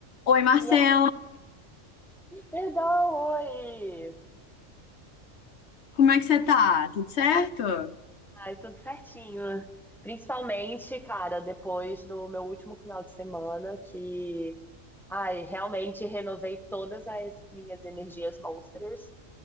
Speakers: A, on the left; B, in the centre.
A: Oi, Marcela,
B: E aí, perdão, oi!
A: como é que você tá? Tudo certo?
B: Ai, tudo certinho. Principalmente, cara, depois do meu último final de semana, que, ai, realmente renovei todas as minhas energias monsters,